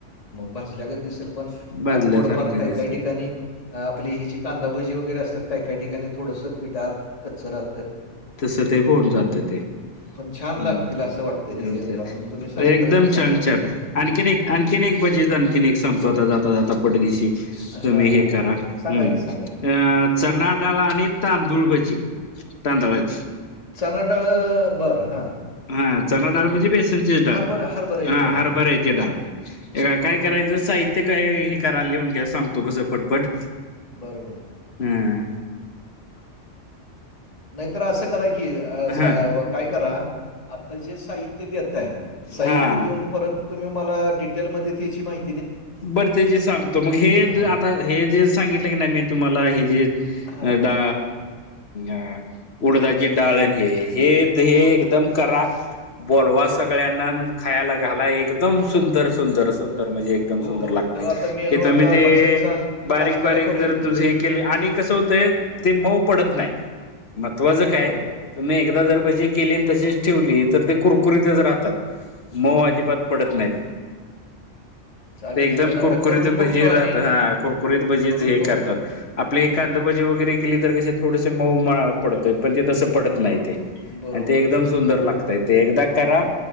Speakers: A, on the left (about 30°); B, on the left (about 60°).
A: भाजल्या गत दिसेल. पण
B: भाजल्यासारखं
A: आत थोडंफार काही
B: दिसल
A: काही ठिकाणी आपली ही जी कांदाभजी वगैरे असतात काही काही ठिकाणी थोडसं पिठं आत कच्च राहतं.
B: तस ते होऊन जात
A: पण
B: ते.
A: पण छान
B: हम्
A: लागतील असं वाटतंय
B: छान
A: ते
B: छान
A: कारण तुम्ही सांगताय
B: एकदम
A: एवढं चांगल्या
B: छान छान
A: पद्धतीने.
B: आणखीन एक आणखीन एक भजी आहेत आणखीन एक सांगतो आता जाता जाता पटदिशी.
A: हां,
B: तुम्ही
A: हां.
B: हे करा
A: सांगा
B: हम्म
A: की, सांगा की.
B: अ. चनाडाळ आणि तांदूळ भजी तांदळाची
A: चनाडाळ बरं हां.
B: हा चणाडाळ म्हणजे बेसन ची डाळ
A: हरभरा हरभऱ्याची
B: हा
A: डाळ
B: हरभऱ्याची
A: हां.
B: डाळ, हे काय
A: बरोबर.
B: करायचं साहित ते काय हे करा लिहून घ्या सांगतो कसं पटपट.
A: बरं बरं
B: हा
A: नाहीतर असं करा की
B: हा
A: काय करा. आता जे साहित्य देताय, साहित्य
B: हा
A: देऊन परत तुम्ही मला डिटेलमध्ये त्याची माहि
B: बरं ते जे सांगतो मग हे
A: हां,
B: आता हे जे सांगितलं की नाही मी तुम्हाला हे जे अ
A: हां,
B: डा अ उडदाचे डाळ आणि हे हे हे एकदम करा. बोलवा
A: हां.
B: सगळ्यांना अन् खायला घाला एकदम सुंदर सुंदर सुंदर. म्हणजे एकदम
A: हो,
B: सुंदर
A: हो.
B: लागतंय,
A: तर आता मेनू
B: की तुम्ही
A: आता
B: ते
A: बश्याचा
B: बारीक
A: नाश्त्याला
B: बारीक
A: करूया
B: जर
A: की.
B: तुझे केले आणि कसं होतंय ते मऊ पडत नाय महत्वाचं काय.
A: बरोबर.
B: तुम्ही एकदा जर भजी केली आणि तशीच ठेवली तर ते कुरकुरीतच राहतात. मऊ
A: बरोबर,
B: अजिबात
A: बरोबर.
B: पडत नाहीत.
A: चालेल,
B: ते एकदम
A: चालेल. आता
B: कुरकुरीत
A: करून
B: भजी
A: बघतो
B: राहत
A: आम्ही,
B: हा कुरकुरीत भजीच
A: करून
B: हे
A: बघतो.
B: करतात. आपली कांदाभजी वगैरे केली तर कशे थोडंसं मऊ पडतय पण ते तसं पडत नाही ते.
A: बरोबर,
B: आणि ते एकदम
A: बरोबर.
B: सुंदर लागतंय, ते एकदा करा